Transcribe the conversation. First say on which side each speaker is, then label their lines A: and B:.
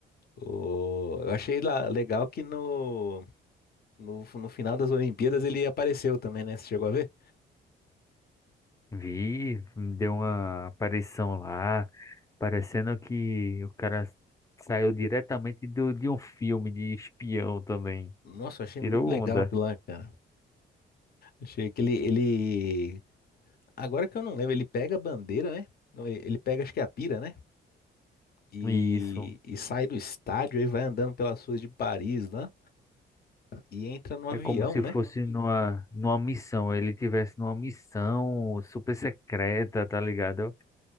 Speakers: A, on the left (about 50°); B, on the left (about 15°).
A: O- eu achei lá- legal que no, no, no final das Olimpíadas ele apareceu também, né? Você chegou a ver?
B: Vi, deu uma aparição lá, parecendo que o cara saiu diretamente do, de um filme de espião também.
A: Nossa, eu achei
B: Tirou
A: muito legal
B: onda.
A: aquilo lá, cara. Achei que ele, ele Agora que eu não lembro, ele pega a bandeira, né? Não, ele ele pega, acho que é a pira, né? E,
B: E Isso.
A: e sai do estádio, aí vai andando pelas ruas de Paris, né? E entra no avião,
B: É como se
A: né?
B: fosse numa, numa missão. Ele tivesse numa missão super secreta, tá ligado?